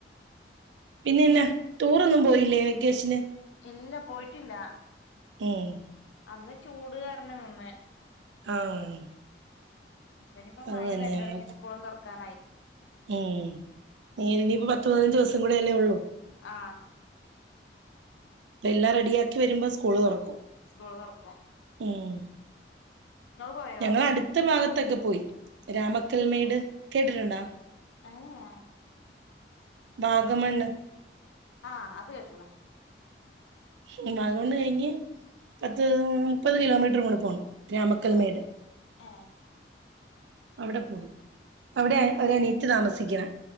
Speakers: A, on the right (about 75°); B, on the left (about 90°).
A: പിന്നെന്നാ ടൂറൊന്നും പോയില്ലേ വെക്കേഷന്
B: ഇല്ല പോയിട്ടില്ല
A: ഏഹ്
B: അന്ന് ചൂടുകാരണ നിന്ന്
A: ആഹ്
B: അപ്പ ഇനിപ്പൊ
A: അത്
B: മയയും
A: തന്നെ
B: വരലുടങ്ങി
A: ഞങ്ങൾക്ക്
B: സ്കൂളും തുറക്കാനായി
A: ഉം ഇ ഇനിയിപ്പോ പത്ത് പതിനഞ്ച് ദിവസം കൂടിയല്ലേ ഒള്ളൂ
B: ആഹ്
A: എല്ലാം റെഡിയാക്കി വരുമ്പോ സ്കൂള് തുറക്കും
B: സ്കൂൾ തൊറക്കും
A: ഉം
B: പോയോ
A: ഞങ്ങള് അടുത്ത ഭാഗത്തൊക്കെ പോയി രാമക്കൽമേട് കേട്ടിട്ടുണ്ടാ
B: ഏഹ
A: വാഗമണ്ണ്
B: ആഹ് അത് കേട്ട്ണ്
A: ഉം വാഗമണ്ണ് കഴിഞ്ഞ് പത്ത്
B: ഉം
A: മുപ്പത് കിലോമീറ്റർ കൂടെ പോണം രാമക്കൽമേട്
B: ഏ ഏ
A: അവിടെ പോയി അവിടെ അവരെ അനിയത്തി താമസിക്ക്ണ